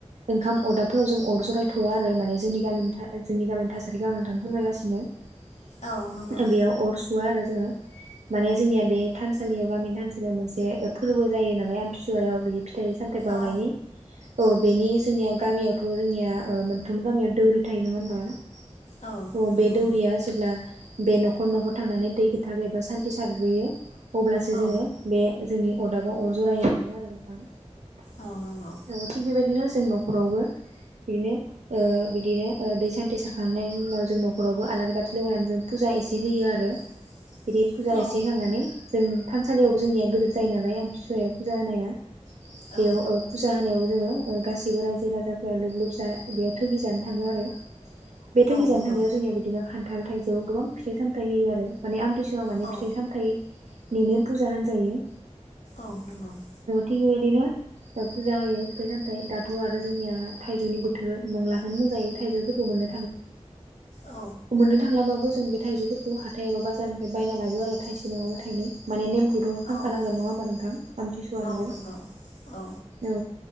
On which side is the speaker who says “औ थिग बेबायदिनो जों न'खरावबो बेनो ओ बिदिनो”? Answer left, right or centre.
Right